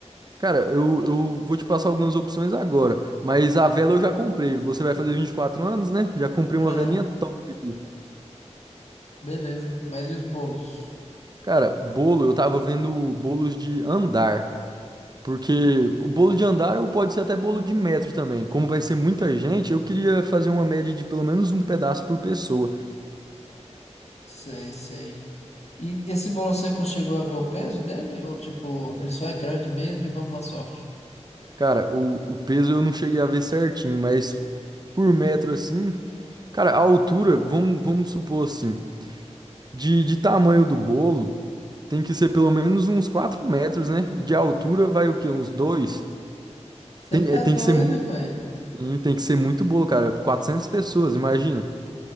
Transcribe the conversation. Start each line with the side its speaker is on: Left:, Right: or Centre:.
Right: Cara, eu, eu vou te passar algumas opções agora, mas a vela eu já comprei. Você vai fazer 24 anos, né? Já comprei uma
Left: Aham,
Right: velinha top aqui.
Left: beleza. Mas e os bolos?
Right: Cara, bolo, eu tava vendo bolos de andar. Porque o bolo de andar ou pode ser até bolo de metro também. Como vai ser muita gente, eu queria fazer uma média de pelo menos um pedaço por pessoa.
Left: Sei, sei. E esse bolo seco chegou a ver o peso dele? Ou, tipo, ele só é grande mesmo e vamos na sorte?
Right: Cara, o, o peso eu não cheguei a ver certinho, mas por metro assim, cara, a altura, vamos, vamos supor assim, de, de tamanho do bolo, tem que ser pelo menos uns 4 metros, né? E de altura vai o quê? Uns 2
Left: Você
Right: Tem,
Left: tá
Right: é, tem
Left: doido,
Right: que ser muito,
Left: velho?
Right: tem que ser muito bolo, cara. quatrocentas pessoas, imagina.